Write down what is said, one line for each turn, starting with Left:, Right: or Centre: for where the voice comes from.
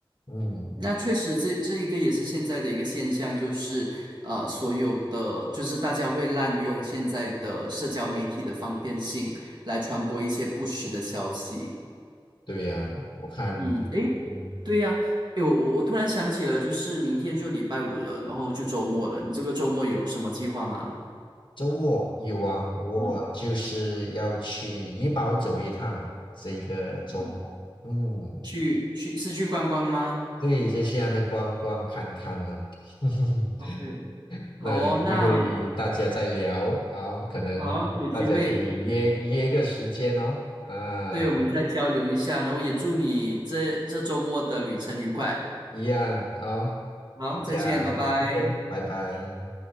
Left: 嗯，
Right: 那确实这，这一个也是现在的一个现象，就是呃，所有的就是大家会滥用现在的社交媒体的方便性来传播一些不实的消息。
Left: 对呀，我看，
Right: 嗯，诶，
Left: 嗯，
Right: 对呀，诶，我我我突然想起了，就是明天就礼拜五了，然后就周末了，你这个周末有什么计划吗？
Left: 周末有啊，我就是要去怡宝走一趟，
Right: 嗯
Left: 这个周末。
Right: 嗯，
Left: 嗯，
Right: 去去是去观光吗
Left: 对，就去那边逛逛看看呢。<laughs>
Right: ？OK，
Left: 那有机会大家再聊啊，
Right: 好哦，那
Left: 可能大家可以约约个时间哦，
Right: 好啊有机会
Left: 啊，
Right: 对我们再交流一下，然后也祝你这这周末的旅程愉快。
Left: 一样啊，
Right: 好，
Left: 大家
Right: 再见，拜拜。
Left: ，OK，拜拜。